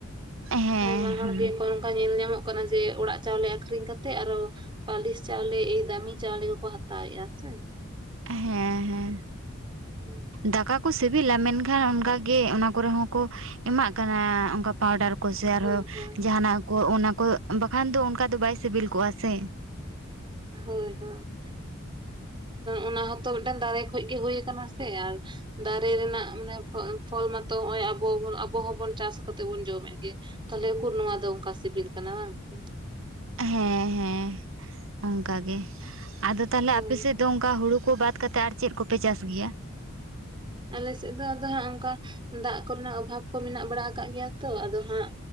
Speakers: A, on the right; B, on the right.
A: ᱦᱮᱸ
B: ᱟᱭᱢᱟ ᱦᱚᱲ
A: ᱦᱮᱸ
B: ᱜᱮᱠᱚ ᱚᱱᱠᱟ ᱧᱮᱞ ᱧᱟᱢᱚᱜ ᱠᱟᱱᱟ ᱠᱟᱱᱟ ᱡᱮ ᱚᱲᱟᱜ ᱪᱟᱣᱞᱮ ᱟᱠᱷᱨᱤᱧ ᱠᱟᱛᱮ ᱟᱨᱚ᱾ ᱯᱟᱹᱞᱤᱥ ᱪᱟᱣᱞᱮ ᱮᱭ ᱫᱟᱹᱢᱤ ᱪᱟᱣᱞᱮ ᱜᱮᱠᱚ ᱦᱟᱛᱟᱣᱮᱜ-ᱟ ᱦᱮᱸ-ᱥᱮ᱾
A: ᱦᱮᱸ ᱦᱮᱸ᱾
B: <inaudible>
A: ᱫᱟᱠᱟ ᱠᱚ ᱥᱤᱵᱤᱞᱟ ᱢᱮᱱᱠᱷᱟᱱ ᱚᱱᱠᱟ ᱜᱮ ᱚᱱᱟ ᱠᱚᱨᱮ ᱦᱚᱸᱠᱚ ᱮᱢᱟᱜ ᱠᱟᱱᱟ ᱚᱱ ᱯᱟᱣᱰᱟᱨ ᱠᱚ ᱥᱮ ᱟᱨᱦᱚᱸ
B: ᱦᱳᱭ ᱦᱳᱭ
A: ᱡᱟᱦᱟᱱᱟᱜ ᱠᱚ ᱚᱱᱟ ᱠᱚ ᱵᱟᱠᱷᱟᱱ ᱫᱚ ᱚᱱᱠᱟ ᱫᱚ ᱵᱟᱭ ᱥᱤᱵᱤᱞ ᱠᱚᱜᱼᱟ ᱥᱮ᱾
B: ᱦᱳᱭ ᱦᱳᱭ ᱚᱱᱟ ᱦᱚᱸᱛᱚ ᱢᱤᱫᱴᱮᱱ ᱫᱟᱨᱮ ᱠᱷᱚᱡ ᱜᱮ ᱦᱩᱭ ᱠᱟᱱᱟ ᱥᱮ ᱟᱨ᱾ ᱫᱟᱨᱮ ᱨᱮᱱᱟᱜ ᱢᱟᱱᱮ ᱯᱷᱚᱞ ᱢᱟᱛᱚ ᱱᱚᱸᱜᱼᱚᱭ ᱟᱵᱚ ᱵᱚᱱ ᱟᱵᱚ ᱦᱚᱸᱵᱚᱱ ᱪᱟᱥ ᱠᱟᱛᱮᱜ ᱵᱚᱱ ᱡᱚᱢᱮᱫ ᱜᱮ ᱛᱟᱦᱞᱮ ᱩᱠᱩᱨ ᱱᱚᱭᱟ ᱫᱚ ᱚᱱᱠᱟ ᱥᱤᱵᱤᱞ ᱠᱟᱱᱟ ᱵᱟᱝᱛᱮ
A: ᱦᱮᱸ ᱦᱮᱸ᱾ ᱚᱱᱠᱟ ᱜᱮ ᱟᱫᱚ ᱛᱟᱦᱚᱞᱮ
B: ᱦᱳᱭ
A: ᱟᱯᱮᱥᱮᱫ ᱫᱚ ᱚᱱᱠᱟ ᱦᱩᱲᱩ ᱠᱚ ᱵᱟᱫᱽ ᱠᱟᱛᱮᱫ ᱟᱨ ᱪᱮᱫ ᱠᱚᱯᱮ ᱪᱟᱥ ᱜᱮᱭᱟ᱾
B: ᱟᱞᱮᱥᱮᱫ ᱫᱚ ᱟᱫᱚ ᱦᱟᱸᱜ ᱚᱱᱠᱟ ᱫᱟᱜ ᱠᱚᱨᱮᱱᱟᱜ ᱚᱵᱷᱟᱵᱽ ᱠᱚ ᱢᱮᱱᱟᱜ ᱵᱟᱲᱟ ᱟᱠᱟᱫ ᱜᱮᱭᱟ ᱛᱚ ᱟᱫᱚ ᱦᱟᱸᱜ᱾